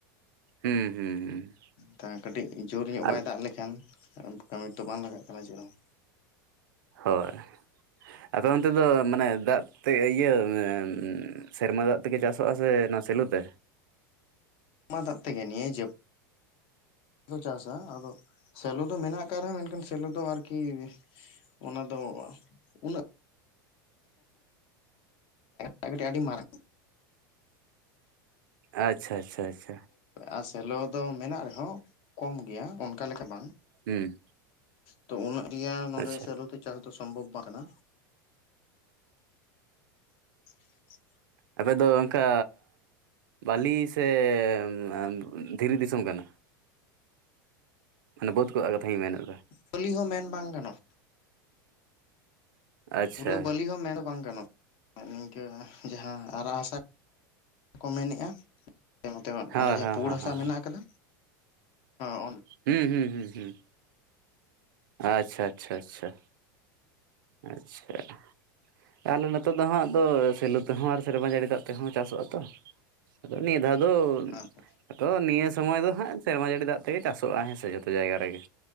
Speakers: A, on the right (about 70°); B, on the left (about 50°).
A: ᱦᱩᱸ ᱦᱩᱸ ᱦᱩᱸ᱾
B: ᱛᱟᱦᱚᱞᱮ ᱠᱟᱹᱴᱤᱡ ᱡᱳᱨ ᱧᱚᱜ
A: ᱟᱨ
B: ᱵᱟᱭ ᱫᱟᱜ ᱞᱮᱠᱷᱟᱱ ᱠᱟᱹᱢᱤ ᱛᱚ ᱵᱟᱝ ᱞᱟᱜᱟᱜ ᱠᱟᱱᱟ ᱪᱮᱫ ᱦᱚᱸ᱾
A: ᱦᱳᱭ ᱟᱫᱚ ᱚᱱᱛᱮ ᱫᱚ ᱢᱟᱱᱮ ᱫᱟᱜ ᱛᱮ ᱤᱭᱟᱹ ᱢᱟᱱᱮ ᱥᱮᱨᱢᱟ ᱫᱟᱜ ᱛᱮᱜᱮ ᱪᱟᱥᱚᱜᱼᱟ ᱥᱮ ᱱᱚᱣᱟ ᱥᱮᱞᱤ ᱛᱮ?
B: ᱢᱟ ᱫᱟᱜ ᱛᱮᱜᱮ ᱱᱤᱭᱟᱹ ᱡᱟᱹᱯ ᱪᱟᱥᱟ ᱟᱫᱚ ᱥᱮᱞᱳ ᱫᱚ ᱢᱮᱱᱟᱜ ᱟᱠᱟᱫ ᱢᱮᱱᱠᱷᱟᱱ ᱥᱮᱞᱳ ᱫᱚ ᱟᱨᱠᱤ ᱚᱱᱟ ᱫᱚ ᱩᱱᱟᱹᱜ <inaudible> ᱠᱟᱹᱴᱤᱡ ᱟᱹᱰᱤ ᱢᱟᱨᱟᱝ᱾
A: ᱟᱪᱪᱷᱟ ᱟᱪᱪᱷᱟ ᱟᱪᱪᱷᱟ᱾
B: ᱟᱨ ᱥᱮᱞᱚ ᱫᱚ ᱢᱮᱱᱟᱜ ᱨᱮᱦᱚᱸ ᱠᱚᱢ ᱜᱮᱭᱟ ᱚᱱᱠᱟ ᱞᱮᱠᱟ ᱵᱟᱝ᱾
A: ᱦᱩᱸ᱾
B: ᱛᱚ ᱩᱭᱟᱹᱜ ᱨᱮᱭᱟᱜ ᱱᱚᱸᱰᱮ
A: ᱟᱪᱪᱷᱟ
B: ᱥᱮᱞᱳᱛᱮ ᱪᱟᱥ ᱫᱚ ᱥᱚᱢᱵᱷᱚᱵᱽ ᱵᱟᱝ ᱠᱟᱱᱟ᱾ <unintelligible>
A: ᱟᱯᱮ ᱫᱚ ᱚᱱᱠᱟ ᱵᱟᱹᱞᱤ ᱥᱮᱻ ᱚᱱᱟ ᱫᱷᱤᱨᱤ ᱫᱤᱥᱚᱢ ᱠᱟᱱᱟ? ᱢᱟᱱᱮ ᱵᱟᱹᱫ ᱠᱚᱣᱟᱜ ᱠᱟᱛᱷᱟᱧ ᱢᱮᱱ ᱮᱫᱟ᱾
B: ᱯᱟᱞᱤ ᱦᱚᱸ ᱢᱮᱱ ᱵᱟᱝ ᱜᱟᱱᱚᱜᱼᱟ᱾
A: ᱟᱪᱪᱷᱟ
B: ᱯᱩᱨᱟᱹ ᱵᱟᱹᱞᱤ ᱦᱚᱸ ᱢᱮᱱ ᱫᱚ ᱵᱟᱝ ᱜᱟᱱᱚᱜᱼᱟ᱾ ᱟᱨ ᱱᱤᱝᱠᱟᱹ ᱡᱟᱸᱦᱟ ᱟᱨᱟᱜ ᱦᱟᱥᱟ ᱠᱚ ᱢᱮᱱᱮᱜᱼᱟ ᱱᱚᱛᱮ
A: ᱦᱮᱸ
B: ᱚᱱᱮ ᱡᱟᱸᱦᱟ
A: ᱦᱮᱸ
B: ᱯᱩᱲ
A: ᱦᱮᱸ
B: ᱦᱟᱥᱟ
A: ᱦᱮᱸ
B: ᱢᱮᱱᱟᱜ ᱠᱟᱫᱟ, ᱦᱚ
A: ᱦᱩᱸ ᱦᱩᱸ ᱦᱩᱸ ᱦᱩᱸ᱾ ᱟᱪᱪᱷᱟ ᱟᱪᱪᱷᱟ ᱟᱪᱪᱷᱟ᱾ ᱟᱪᱪᱷᱟ᱾ ᱛᱟᱦᱚᱞᱮ ᱱᱤᱛᱚᱜ ᱫᱚ ᱦᱟᱸᱜ ᱟᱫᱚ ᱥᱮᱞᱳ ᱛᱮᱸᱦᱚ ᱟᱨ ᱥᱮᱨᱢᱟ ᱡᱟᱹᱲᱤ ᱫᱟᱜ ᱛᱮᱸᱦᱚ ᱪᱟᱥᱚᱜᱼᱟ ᱛᱚ᱾ ᱟᱫᱚ ᱱᱤᱭᱟᱹ ᱫᱷᱟᱣ ᱫᱚ
B: ᱟᱪᱪᱷᱟ
A: ᱛᱚ ᱱᱤᱭᱟᱹ ᱥᱳᱢᱳᱭ ᱫᱚ ᱦᱟᱸᱜ ᱥᱮᱨᱢᱟ ᱡᱟᱹᱲᱤ ᱫᱟᱜ ᱛᱮᱜᱮ ᱪᱟᱥᱚᱜᱼᱟ ᱦᱮᱸᱥᱮ ᱡᱷᱚᱛᱚ ᱡᱟᱭᱜᱟ ᱨᱮᱜᱮ᱾